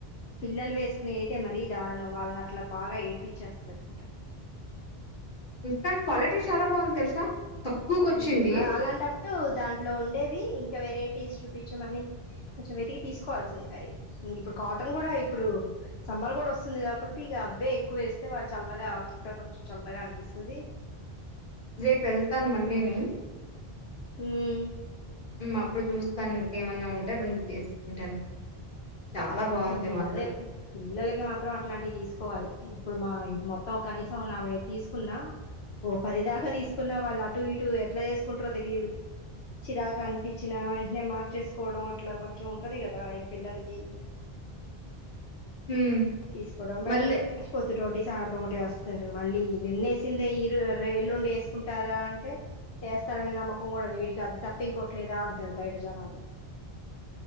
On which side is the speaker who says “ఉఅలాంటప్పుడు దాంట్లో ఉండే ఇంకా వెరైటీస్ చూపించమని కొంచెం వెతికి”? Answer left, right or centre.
Left